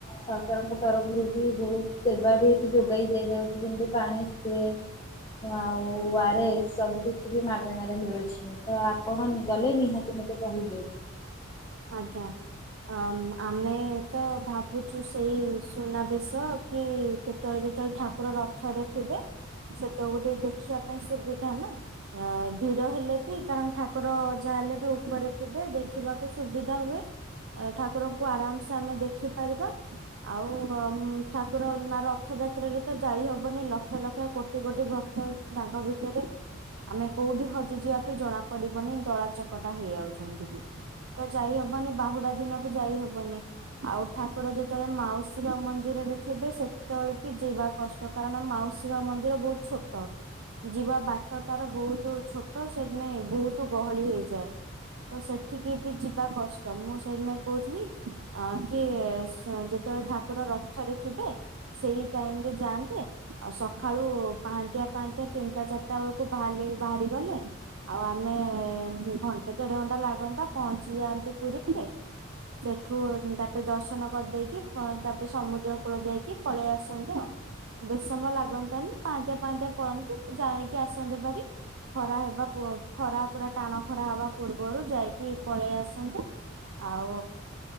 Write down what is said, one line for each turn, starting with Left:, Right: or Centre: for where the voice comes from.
Left: ସରକାରଙ୍କ ତରଫରୁ ବି ବୋହୁତ ସେବା ବି ଏଠି ଯୋଗାଇ ଦିଆଯାଉଛି ଯେମତି ପାଣି ସ୍ପ୍ରେ। ତ ଆଉ ଓ ଆର୍ ଏସ୍ ସବୁ କିଛି ବି ମାଗେଣାରେ ମିଳୁଛି। ତ ଆପଣ ନି ଗଲେ ନିହାତି ମତେ କହିବେ।
Right: ଆଜ୍ଞା। ଅମ୍ ଆମେ ତ ଭାବୁଚୁ ସେଇ ସୁନାବେଶ କି କେ ତଳେ ଯେତଳେ ଠାକୁର ରଥରେ ଥିବେ ସେତେକୁ ଟିକେ ଦେଖିବା ପାଇଁ ସୁବିଧା ନା। ଅଁ ଭିଡ଼ ହେଲେ ବି କାରଣ ଠାକୁର ଯାହା ହେଲେ ବି ଉପରେ ଥିବେ ଦେଖିବା ଉ ସୁବିଧା ହୁଏ ଅ ଠାକୁରଙ୍କୁ ଆରାମସେ ଆମେ ଦେଖିପାରିବା। ଆଉ ଉଁ ଠାକୁର ନା ରଥଯାତ୍ରାରେ ତ ଯାଇ ହବନି ଲକ୍ଷ ଲକ୍ଷ କୋଟି କୋଟି ଭକ୍ତ ତାଙ୍କ ଭିତରେ ଆମେ କୋଉଠି ହଜିଯିବା ବି ଜଣା ପଡ଼ିବନି ଦଳା ଚକଟା ହେଇଆଉଛନ୍ତି ବି। ତ ଯାଇ ହବନି ବାହୁଡ଼ା ଦିନ ବି ଯାଇ ହବନି। ଆଉ ଠାକୁର ଯେତଳେ ମାଉସୀ ମା ମନ୍ଦିରରେ ଥିବେ ସେତଳେ ବି ଯିବା କଷ୍ଟ କାରଣ ମାଉସୀ ମା ମନ୍ଦିର ବୋହୁତ ଛୋଟ। ଯିବା ବାଟ ତାର ବୋହୁତୁ ଛୋଟ ସେଦମେ ବୋହୁତୁ ଗହଳି ହେଇଯାଏ। ତ ସେଠିକି ବି ଯିବା କଷ୍ଟ ମୁଁ ସେଇଥିନାଇ କହୁଥିଲି ଅ କି ସ୍ ଯେତଳେ ଠାକୁର ରଥରେ ଥିବେ ସେଇ ଟାଇମ୍ ରେ ଯାଆନ୍ତେ ଆଉ ସଖାଳୁ ପାହାନ୍ତିଆ ପାହାନ୍ତିଆ ତିନିଟା ଚାରିଟା ବେଳୁକୁ ବାହାରଲେଗି ବାହାରି ଗଲେ ଆଉ ଆମେ ଘଣ୍ଟେ ଦେଢ଼ ଘଣ୍ଟା ଲାଗନ୍ତା ପହଞ୍ଚି ଯାଆନ୍ତେ ପୁରୀରେ। ସେଠୁ ତାପରେ ଦର୍ଶନ କରିଦେଇକି ପ ତାପରେ ସମୁଦ୍ର କୂଳ ଯାଇକି ପଳେଇ ଆସନ୍ତେ ଅ। ବେଶି ସମୟ ଲାଗନ୍ତାନି ପାଆଁନ୍ତିଆ ପାଆଁନ୍ତିଆ ପଳାନ୍ତି ଯାଇକି ଆସନ୍ତେ ବାରି। ଖରା ହେବା ପୁ ଖରା ପୁରା ଟାଣ ଖରା ହେବା ପୂର୍ବରୁ ଯାଇକି ପଳି ଆସନ୍ତେ। ଆଉ